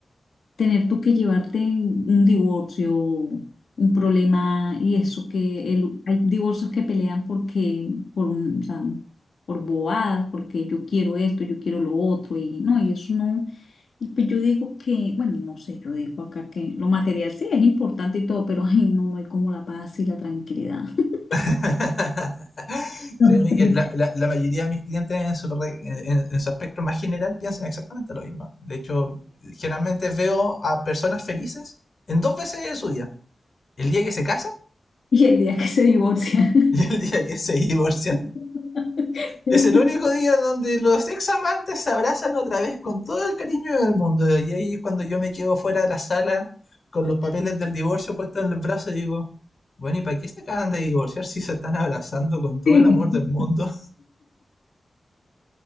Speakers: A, on the left; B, on the left.
A: tener tú que llevarte un divorcio, un problema y eso que el- hay divorcios que pelean porque, por un, o sea, por bobadas, porque yo quiero esto, yo quiero lo otro y no, y eso no. Y pues yo digo que, bueno, no sé, yo digo acá que lo material sí es importante y todo, pero <laughs> ay, no, no hay como la paz y la tranquilidad. <laughs>
B: <laughs>
A: No
B: Créeme
A: sé.
B: que la, la- la mayoría de mis clientes en su, re- en, en su aspecto más general piensan exactamente lo mismo. De hecho, generalmente veo a personas felices en dos veces de su vida. El día que se casan
A: Y el día que se divorcia.
B: y el día que se divorcian.
A: <laughs>
B: Es el único día donde los ex amantes se abrazan otra vez con todo el cariño del mundo. Y ahí es cuando yo me quedo fuera de la sala con los papeles del divorcio puestos en los brazos y digo, bueno, ¿y para qué se acaban de divorciar si se están abrazando con todo
A: Sí.
B: el amor
A: <laughs>
B: del mundo?